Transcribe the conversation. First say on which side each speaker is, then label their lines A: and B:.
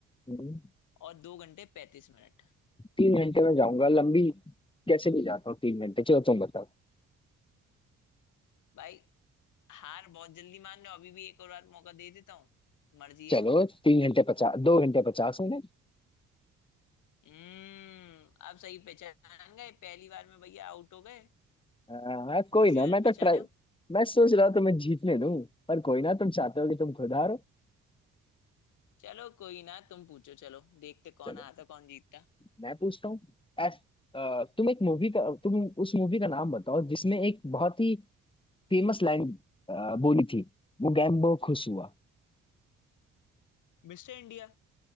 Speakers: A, on the left; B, on the left.
A: हम्म।
B: और दो घंटे पैंतीस मिनट
A: तीन घंटे में जाऊंगा लंबी कैसे भी जाता हूँ तीन घंटे चलो तुम बताओ
B: भाई हार बहुत जल्दी मान लो अभी भी एक और बार मौका दे देता हूँ मर्जी
A: चलो
B: है
A: तीन घंटे पचास दो घंटे पचास मिनट
B: हम्म आप सही पहचान गए पहली बार में भैया आउट हो गए
A: हाँ हाँ, कोई
B: दूसरी
A: ना
B: बार
A: मैं
B: में पहचाने
A: तो ट्राई
B: हो
A: मैं सोच रहा था मैं जीतने दूं पर कोई ना तुम चाहते हो कि तुम खुद हारो
B: चलो कोई ना तुम पूछो चलो देखते कौन
A: चलो
B: हारता कौन जीतता
A: मैं पूछता हूँ एस अ, तुम एक मूवी का तुम उस मूवी का नाम बताओ जिसमें एक बहुत ही फेमस लाइन बोली थी वो गैम्बो खुश हुआ
B: Mister India